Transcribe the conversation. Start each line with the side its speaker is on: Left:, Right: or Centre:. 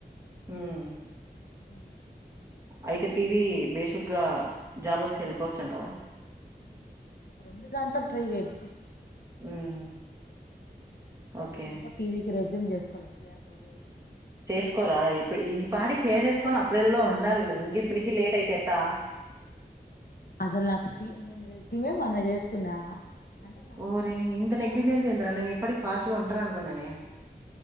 Right: హ్మ్
Left: అ
Right: అయితే పి వి బేషగ్గా జాబ్ వస్తే ఎల్ప్ అవచ్చంటవా
Left: రెండు దాట్లకి ట్రై చేపియ్
Right: హ్మ్. ఓకే.
Left: నేను ఇంకా పీవీకి రెజ్యూమ్ చేసుకోవాలి సి ఆర్ కోట చేంది
Right: చేసుకోరా ఇప్పు ఈ పాడికి చేసేసుకొని అప్పుడేళ్లో ఉండాలి నువ్వు ఇంక ఇప్పటికి లేట్ అయితేట్టా
Left: అసలు నాకు నేను రెజ్మే మన చేసుకున్నా అంటే నాకు
Right: ఓరి ఇంత
Left: అంత
Right: నెగ్లిజెన్స ఏంటరా నేను ఇప్పటి ఫాస్ట్ గా ఉంటార అనుకున్న నేనే